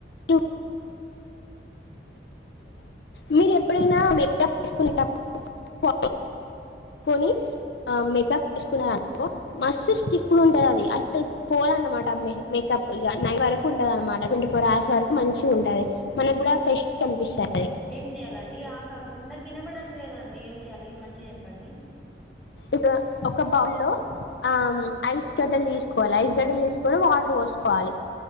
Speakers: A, on the left (about 75°); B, in the centre.
A: <inaudible> మీరు ఎప్పుడైనా మెకప్ వేసుకునేటప్పుడు <inaudible> మెకప్ వేసుకున్నారానుకో మస్త్ స్టిఫ్ గా ఉంటాది అది అసలు పోదన్నమాట మేకప్ ఇగ నైట్ వరకు ఉంటంది అనమాట ట్వంటీ ఫోర్ అవర్స్ వరకు మంచిగా ఉంటంది మనకు కూడా ఫ్రెష్గా కనిపిస్తది
B: ఏం చెయాలండి ఆ కాకు నాకు ఇనబడ లేదండి ఏం చేయ్యాలి మంచిగా చెప్పండి
A: ఇప్పుడు ఒక బౌ లో ఆ ఐస్ గడ్డలు తీసుకోవాలి ఐస్ గడ్డలు తీసుకొని వాటర్ పోసుకోవాలి